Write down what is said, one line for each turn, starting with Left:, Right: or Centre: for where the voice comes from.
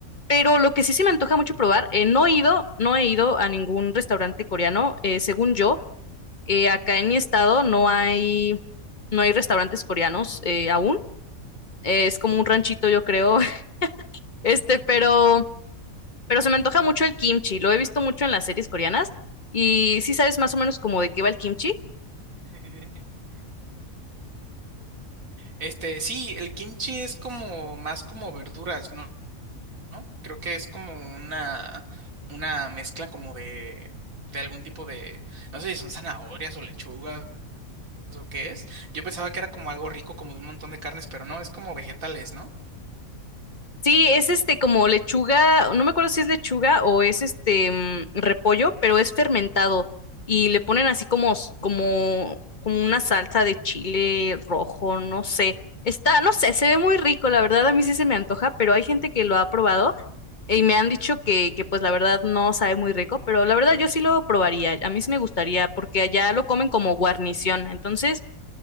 Left: Pero lo que sí se me antoja mucho probar, eh, no he ido, no he ido a ningún restaurante coreano, eh, según yo. Eh, acá en mi estado no hay, no hay restaurantes coreanos eh, aún. Eh, es como un ranchito, yo creo. <laughs> Este, pero, pero se me antoja mucho el kimchi. Lo he visto mucho en las series coreanas. Y sí sabes más o menos como de qué va el kimchi.
Right: <laughs> Este, sí, el kimchi es como más como verduras, ¿no? ¿no? Creo que es como una, una mezcla como de, de algún tipo de, no sé si son zanahorias o lechugas o qué es. Yo pensaba que era como algo rico, como de un montón de carnes, pero no, es como vegetales, ¿no?
Left: Sí, es este como lechuga, no me acuerdo si es lechuga o es este mm, repollo, pero es fermentado y le ponen así como, s- como, como una salsa de chile rojo, no sé. Está, no sé, se ve muy rico, la verdad a mí sí se me antoja, pero hay gente que lo ha probado Y me han dicho que, que pues la verdad no sabe muy rico, pero la verdad yo sí lo probaría. A mí sí me gustaría porque allá lo comen como guarnición. Entonces,